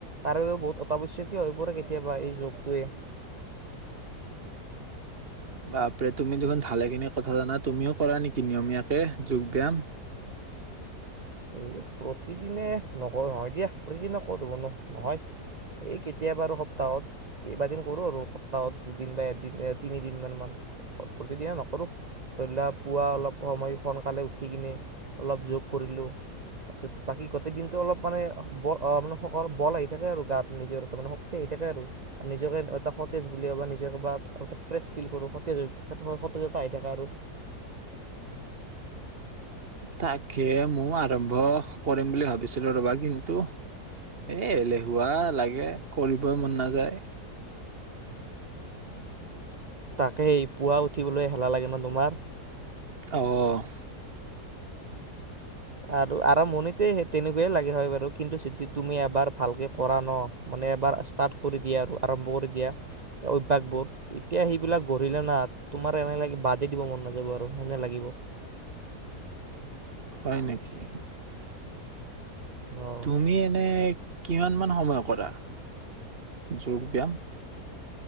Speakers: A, on the right; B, on the right.
A: তাৰ বাবেও বহুত অত্যাৱশ্যকীয় হৈ পৰে কেতিয়াবা এই যুগটোৱে।
B: বাপৰে তুমি দেখোন ভালেখিনি কথা জানা তুমিও কৰা নেকি নিয়মীয়াকে যোগ ব্যায়াম
A: এই প্ৰতিদিনে নকৰোঁ‌ নহয় দিয়া প্ৰতিদিনে ক'ত হ'বনো নহয় এই কেতিয়াবা আৰু সপ্তাহত কেইবাদিন কৰোঁ আৰু সপ্তাহত দুদিন বা এদিন তিনিদিন মান প্ৰতিদিনে নকৰোঁ। ধৰি লোৱা পুৱা অলপ সময় সোনকালে উঠি কিনে অলপ যোগ কৰিলোঁ। তাৰপিছত বাকী গোটেই দিনটো অলপ মানে ব মানে সবল আহি থাকে আৰু গাত নিজৰ শক্তি আহি থাকে আৰু নিজকে এটা সতেজ বুলি ভাবো নিজে ফ্ৰেচ ফিল কৰো সতেজ সতেজতা আহি থাকে আৰু।
B: তাকে মই আৰম্ভ কৰিম বুলি ভাবিছিলো ৰ'বা কিন্তু এ' এলেহুৱা লাগে কৰিবই মন নাযায়।
A: তাকে পুৱা উঠিবলৈ হেলা লাগে ন তোমাৰ?
B: অ'
A: আৰু আৰম্ভণিতে তেনেকুৱাই লাগে হয় বাৰু কিন্তু যদি তুমি এবাৰ ভালকে কৰা ন' মানে এবাৰ ষ্টাৰ্ট কৰি দিয়া আৰু আৰম্ভ কৰি দিয়া অভ্যাসবোৰ এতিয়া সেইবিলাক গঢ়িলে না তোমাৰ এনে লাগে না বাদেই দিব মন নাযাব আৰু হেনে লাগিব
B: হয় নেকি?
A: অ
B: তুমি এনে কিমান মান সময় কৰা যোগ ব্যায়াম?